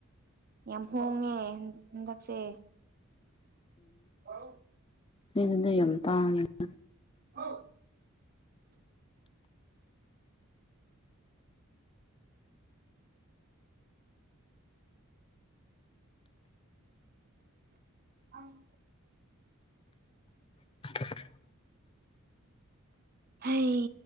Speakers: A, on the right; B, on the left.
A: ꯌꯥꯝ ꯍꯣꯡꯉꯦ ꯍꯟꯗꯛꯁꯦ ꯑꯥꯎ
B: ꯅꯣꯏꯗꯨꯅ ꯌꯥꯝ ꯇꯥꯡꯉꯦꯅ
A: ꯑꯧ ꯑꯪ
B: <inaudible>
A: ꯑꯩ